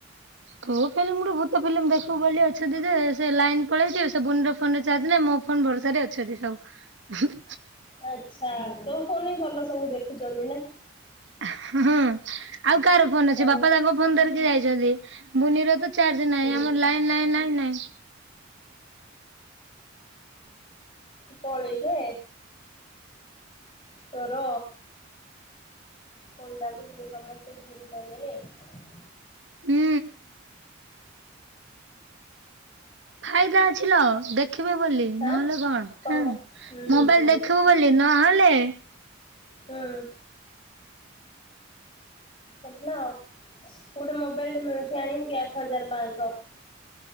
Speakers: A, on the right (about 60°); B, on the left (about 25°).
A: କୋଉ ଫିଲ୍ମ ଗୋଟେ ଭୂତ ଫିଲ୍ମ ଦେଖୁ ବୋଲି ଅଛନ୍ତି ଯେ ଲାଇନ ପଳେଇଛି ସେ ବୁନର ଫୋନ ଚଜ ନାହିଁ ମୋ ଫୋନ ଭରସ ଅଛନ୍ତି ସବୁ।
B: ଆଚ୍ଛା ତୋ ଫନି ଭଲ ସବୁ ଦେଖୁଛନ୍ତି ନା।
A: ହଁ ଆଉ କାହାର ଫୋନ
B: ତୁ ପଳେଇଲୁ।
A: ଅଛି ବାପା ତାଙ୍କ ଫୋନ ଧରିକି ଯାଇଛନ୍ତି। ବୁନିର ତ ଚାର୍ଜ ନାହିଁ
B: ହୁଁ
A: ଆମର ଲାଇନ ଲାଇନ ଲାଇ ନାଇ। <inaudible>
B: ତୁ ପଳେଇଲେ। ତୋର କଣ୍ଡାଗୁଡିରେ ସମସ୍ତେ ଝୁରୁଛନ୍ତି ନାଇ।
A: ହୁଁ। ଫାଇଦା। ଦେଖିବି ବୋଲି
B: ଆଁ
A: ନହେଲେ କଣ
B: କ ହୁଁ
A: ମୋବାଇଲ
B: ହୁଁ।
A: ଦେଖିବୁ ବୋଲି ନହେଲେ
B: ହୁଁ। ଗୋଟେ ମୋବାଇଲ ଟା ମିଳୁଛି ଆଣିବୁ କି ଆଠ ହଜାର ପାଞ୍ଚଶହ।